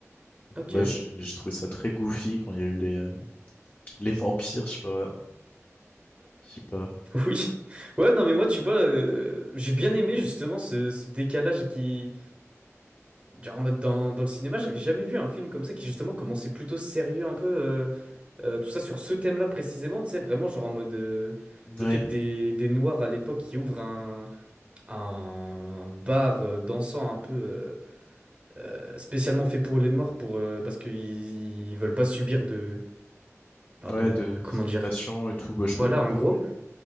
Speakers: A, on the right; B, on the left.
A: Ok.
B: Ouais,
A: <laughs>
B: j'ai j'ai trouvé ça très goofy quand il y a eu les, euh, les vampires, je sais pas. ouais. Je sais pas.
A: Oui. Ouais, non, mais moi, tu vois, euh, j'ai bien aimé justement ce, ce décalage qui, Genre en mode dans, dans le cinéma, j'avais jamais vu un film comme ça qui justement commençait plutôt sérieux un peu, euh, euh, tout ça sur ce thème-là précisément, tu sais, vraiment genre en mode euh, le
B: Ouais,
A: fait que des, des noirs à l'époque qui ouvrent un, un bar euh, dansant un peu euh, euh, spécialement fait pour les noirs pour, euh, parce qu'ils ils veulent pas subir de, enfin
B: ouais,
A: de,
B: de
A: comment
B: discrimination
A: dire,
B: et tout. bah, je sais
A: voilà
B: pas comment
A: en
B: dire,
A: gros.
B: ouais.